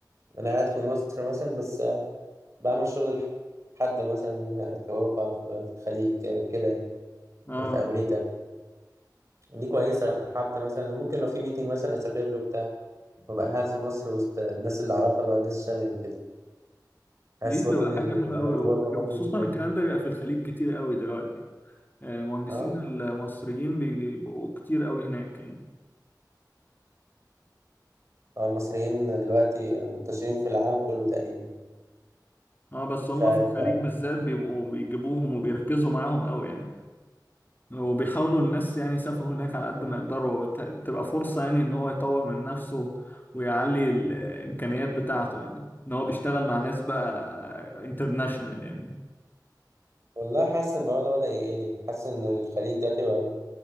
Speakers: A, on the right; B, on the left.
A: انا قاعد في مصر مثلا بس بعمل شغل لحد مثلا في اوروبا في في الخليج كده يعني
B: اه
A: يعني في امريكا دي كويسه حتى مثلا ممكن لو في ميتنج مثلا اسافر له بتاع وابقى قاعد في مصر وسط الناس اللي اعرفها بقى وناس شبهي وكده حاسس
B: دي تبقى
A: برضو ان
B: حاجة
A: ال-
B: حلوة قوي
A: الغربه برضو
B: وخصوصا
A: بتفيد
B: الكلام ده بيبقى في الخليج كتير قوي دلوقتي المهندسين
A: اه
B: المصريين بيبقوا كتير قوي هناك يعني
A: آه، المصريين دلوقتي منتشرين في العالم كله تقريبا
B: اه بس هم
A: مش عارف
B: في الخليج
A: بقى
B: بالذات بيبقوا بيجيبوهم وبيركزوا معاهم قوي يعني وبيحاولوا الناس يعني يسافروا هناك على قد ما يقدروا ت- تبقى فرصة يعني ان هو يطور من نفسه ويعلي الامكانيات بتاعته يعني ان هو بيشتغل مع ناس بقى انترناشونال يعني
A: والله حاسس ان الموضوع ده بدأ يقل حاسس ان الخليج دلوقتي بقى